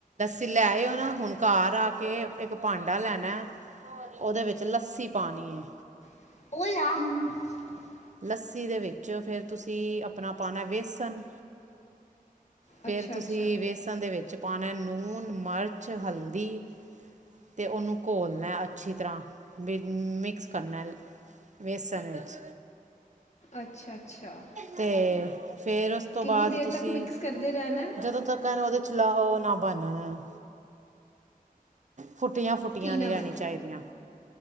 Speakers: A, on the right; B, on the left.
A: ਤੇ ਲੈਓ ਨਾ ਹੁਣ ਘਰ ਆ ਕੇ ਇੱਕ ਭਾਂਡਾ ਲੈਣਾ ਉਹਦੇ ਵਿੱਚ ਲੱਸੀ ਪਾਣੀ ਹੈ
B: <inaudible>
A: ਲੱਸੀ ਦੇ ਵਿੱਚ ਫਿਰ ਤੁਸੀਂ ਆਪਣਾ ਪਾਉਣਾ ਬੇਸਣ ਫੇਰ
B: ਅੱਛਾ
A: ਤੁਸੀਂ
B: ਅੱਛਾ
A: ਵੇਸਣ ਦੇ ਵਿੱਚ ਪਾਣਾ ਲੂਣ ਮਿਰਚ ਹਲਦੀ ਅਤੇ ਉਹਨੂੰ ਘੋਲਣਾ ਅੱਛੀ ਤਰ੍ਹਾਂ ਮਿਕਸ ਕਰਨਾ ਬੇਸਣ ਵਿੱਚ
B: ਅੱਛਾ ਅੱਛਾ
A: ਤੇ ਫੇਰ ਉਸ ਤੋਂ
B: ਕਿੰਨੀ
A: ਬਾਅਦ
B: ਦੇਰ
A: ਤੁਸੀਂ
B: ਤੱਕ ਮਿਕਸ ਕਰਦੇ ਰਹਿਣਾ ਹੈ
A: ਜਦੋਂ ਤਕਣ ਉਦੇ ਚਲਾ ਉਹ ਨਾ ਬਣਨਾ ਨਾ ਫੁੱਟੀਆਂ ਫੁੱਟੀਆਂ
B: ਕੀ ਨਾ
A: ਨੀ ਰਹਿੀਆਂ
B: ਬਣਨਾ
A: ਚਾਹੀਦੀਆਂ